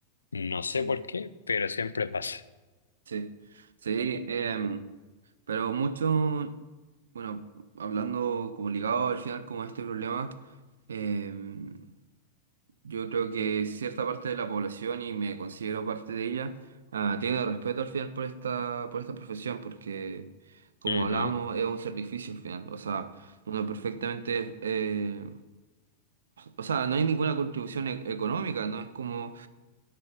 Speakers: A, on the left; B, on the right.
A: No sé
B: sí,
A: por qué, pero siempre pasa.
B: sí, sí, em, pero mucho, bueno, hablando como ligado al final como a este problema, em, yo creo que cierta parte de la población, y me considero parte de ella, ah, tiene respeto al final por esta, por esta profesión, porque como
A: Ujú,
B: hablábamos, es un sacrificio al final. O sea, uno perfectamente eh, O sea, no hay ninguna contribución e- económica, ¿no? Es como,